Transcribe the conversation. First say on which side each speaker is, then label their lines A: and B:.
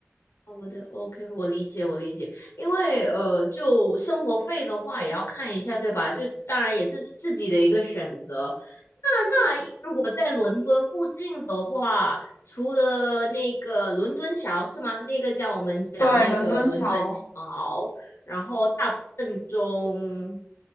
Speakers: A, on the left; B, on the left.
A: 哦我的 OK，我理解，我理解，因为呃，就生活费的话也要看一下，对吧？就当然也是自己的一个选择。那那如果在伦敦附近的话，除了那个伦敦桥是吗？那个叫我们讲那个伦敦桥，
B: 对，伦敦桥，
A: 然后大笨钟